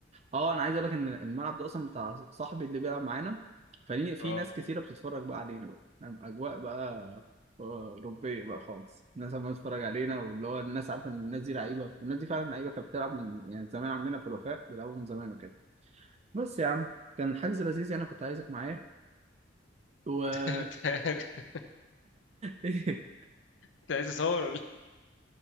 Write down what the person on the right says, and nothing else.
اه انا عايز اقول لك ان الملعب ده اصلا بتاع صاحبي اللي بيلعب معانا فليه في
ناس كتيره بتتفرج بقى علينا بقى نعم، اجواء بقى آه، اوروبيه بقى خالص الناس عماله تتفرج علينا واللي هو الناس عارفه ان الناس دي لعيبه والناس دي فعلا لعيبه كانت بتلعب من يعني زمان عندنا في الوفاء بيلعبوا من زمان وكده بس يا عم كان حجز لذيذ يعني كنت عايزك معايا و <laughs>
إيه؟